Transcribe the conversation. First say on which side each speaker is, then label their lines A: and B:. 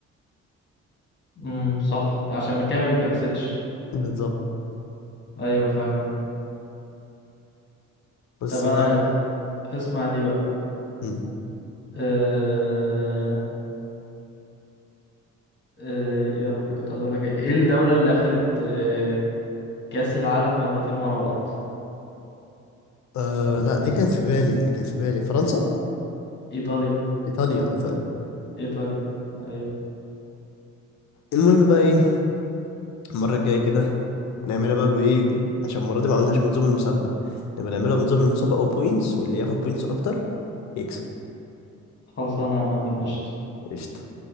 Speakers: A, on the left; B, on the left.
A: امم صح عشان المكان ما بيتأكسدش
B: بالظبط
A: ايوه فاهم
B: بس
A: طب انا
B: بقى
A: اس... اسمع دي بقى
B: مم.
A: أه... أه... ايه يا ربي كنت عايز اقول لك ايه إيه الدولة اللي اخدت أه... كأس العالم مرتين ورا بعض
B: آه لا دي كانت في بالي كانت في بالي فرنسا
A: ايطاليا
B: ايطاليا ايطاليا
A: ايطاليا ايوه
B: المهم بقى ايه المره الجايه كده هنعملها بقى بايه عشان المره دي ما عملناش بنظام المسابقه نبقى نعملها بنظام المسابقه وبوينتس واللي ياخد بوينتس اكتر يكسب
A: خلصانه يا معلم قشطة
B: قشطه